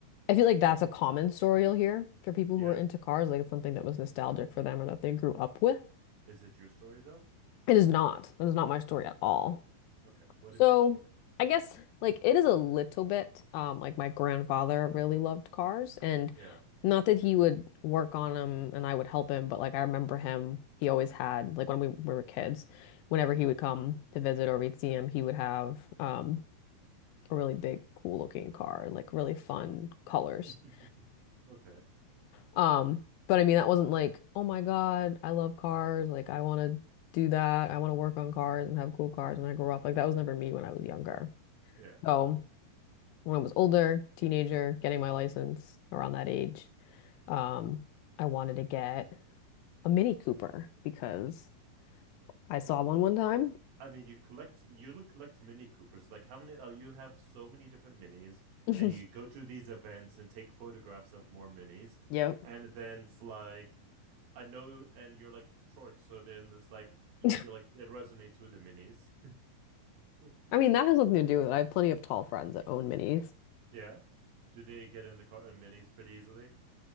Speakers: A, on the left; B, on the right.
A: I feel like that's a common story you'll hear for people
B: Yeah.
A: who are into cars, like it's something that was nostalgic for them or that they grew up with.
B: Is it your story though?
A: It is not. That is not my story at all.
B: Okay. What
A: So
B: is your story?
A: I guess like it is a little bit um like my grandfather really loved cars and
B: Yeah.
A: not that he would work on them and I would help him, but like I remember him, he always had like when we, we were kids, whenever
B: Yeah.
A: he would come to visit or we'd see him, he would have um a really big cool looking car, like really fun colors.
B: <laughs>
A: <laughs>
B: Okay.
A: Um but I mean that wasn't like, oh my God, I love cars, like I want to do that. I want to work on cars and have cool cars when I grow up. Like that was never me when I was younger.
B: Yeah.
A: So when I was older, teenager, getting my license around that age, um, I wanted to get a Mini Cooper because I saw one one time.
B: I mean, you collect you look collect Mini Coopers. Like how many uh, you have so many different minis,
A: <laughs>
B: and you go to these events and take photographs of more minis,
A: Yep.
B: and then it's like I know, and you're like short, so then there's like you
A: <laughs>
B: feel like it resonates with the minis. <laughs>
A: I mean, that has nothing to do with it. I have plenty of tall friends that own minis.
B: Yeah. Do they get in the car in minis pretty easily?